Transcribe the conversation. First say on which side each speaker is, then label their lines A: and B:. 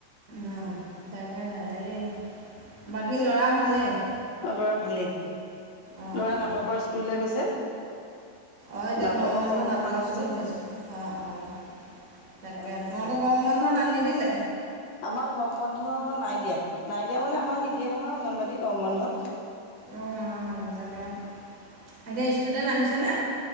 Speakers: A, on the right; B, on the left.
A: অ', তাকেহে। হেৰি বাকী ল'ৰা ভালেই?
B: অ', ল'ৰা ভালেই।
A: অঁ
B: ল'ৰা
A: অঁ
B: নাটকৰ স্কুললৈ গৈছে।
A: অ', এতিয়া
B: নাটকৰ
A: গৰম বন্ধ
B: কৰ্মশালা
A: নাটক
B: হৈছে।
A: স্কুল হৈ আছে। অ', অ', তাকে।
B: তালৈ গৈছে।
A: তোমালোকৰ গৰম বন্ধ না নিদিলে?
B: আমাৰ গৰম বন্ধ নাই দিয়া। নাই দিয়া মানে, আমাৰ নিদিয়ে নহয়, অংগনবাড়ী গৰম বন্ধ।
A: অ', অ', তাকে। এতিয়া ষ্টুডেণ্ট আহিছেনে?